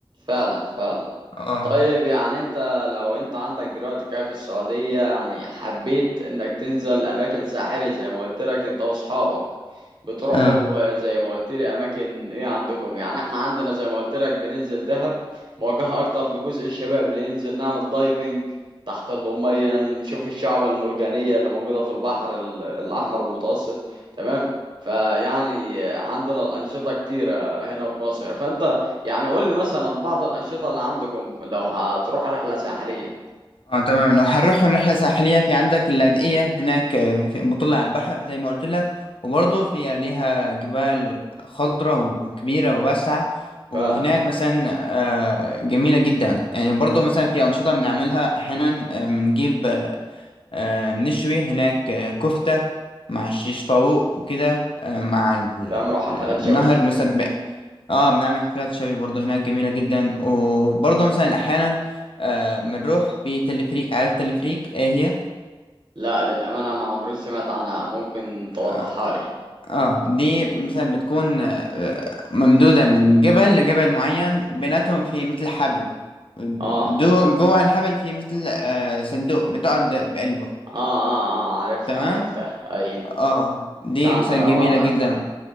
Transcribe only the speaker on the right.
فعلا فعلا
طيب يعني انت لو انت عندك دلوقتي كده في السعودية يعني حبيت انك تنزل اماكن ساحلة زي ما قلت لك انت واصحابك بتروحوا
زي ما قلت لي اماكن ايه عندكم يعني احنا عندنا زي ما قلت لك بننزل دهب موجهة اكتر لجزء الشباب ننزل نعمل دايفنج تحت المية نشوف الشعب المرجانية اللي موجودة في البحر ال- الاحمر المتوسط تمام فيعني عندنا الانشطة كتيرة هنا في مصر فانت يعني قول لي مثلا بعض الأنشطة اللي عندكم لو هتروح رحلة ساحلية
فعلا
تعملوا حفلات شوي
لا للأمانة ما عمري سمعت عنها ممكن توضحها
لي
آه
آه
آه آه عرفتها
عرفتها أيوة
في عندنا
بعضها